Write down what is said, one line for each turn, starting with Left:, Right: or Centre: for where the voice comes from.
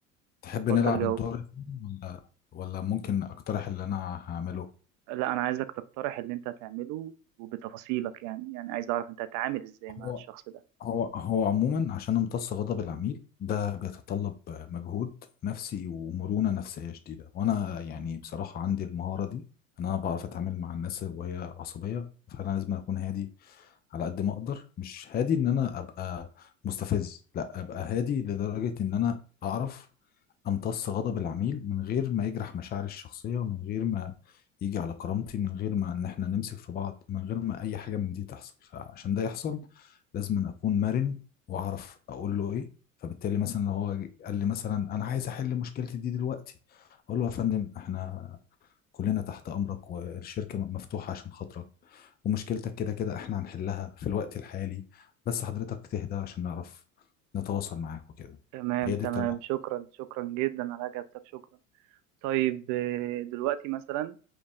Left: تحب
Right: اتفضل
Left: نلعب
Right: جاوب
Left: الدور يا فندم ولا ولا ممكن اقترح اللي انا هعمله
Right: لا انا عايزك تقترح اللي انت هتعمله وبتفاصيلك يعني يعني عايز اعرف انت هتتعامل ازاي مع
Left: هو
Right: الشخص ده
Left: هو هو عموما عشان امتص غضب العميل ده بيتطلب مجهود نفسي ومرونة نفسية شديدة وانا يعني بصراحة عندي المهارة دي انا بعرف اتعامل مع الناس وهي عصبية فانا لازم اكون هادي على قد ما اقدر مش هادي ان انا ابقى مستفز لا ابقى هادي لدرجة ان انا اعرف امتص غضب العميل من غير ما يجرح مشاعري الشخصيه من غير ما يجي على كرامتي من غير ما ان احنا نمسك في بعض من غير ما اي حاجه من دي تحصل فعشان ده يحصل لازم أن اكون مرن واعرف اقول له ايه فبالتالي مثلا لو هو جه- قال لي مثلا انا عايز احل مشكلتي دي دلوقتي اقول له يا فندم احنا كلنا تحت امرك والشركه م- مفتوحه عشان خاطرك ومشكلتك كده كده احنا هنحلها في الوقت الحالي بس حضرتك تهدى عشان نعرف نتواصل معاك وكده
Right: تمام
Left: هي
Right: تمام
Left: دي الطريقه
Right: شكرا شكرا جدا على اجابتك شكرا طيب آه، دلوقتي مثلا